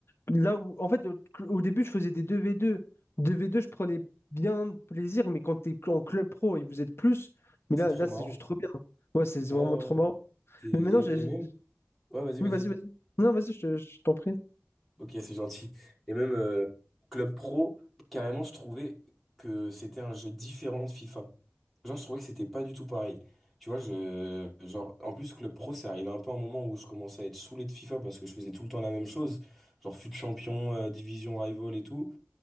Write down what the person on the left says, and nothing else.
Là où, en fait, au début, je faisais des deux v deux deux v deux je prenais bien de plaisir, mais quand t'es en club pro et vous êtes plus, mais
là,
là, c'est
juste trop bien. Ouais, c'est
vraiment
trop marrant.
Mais maintenant, j'ai...
j'ai-
Oui, vas-y, vas-y. Non, vas-y, je, te- je t'en prie.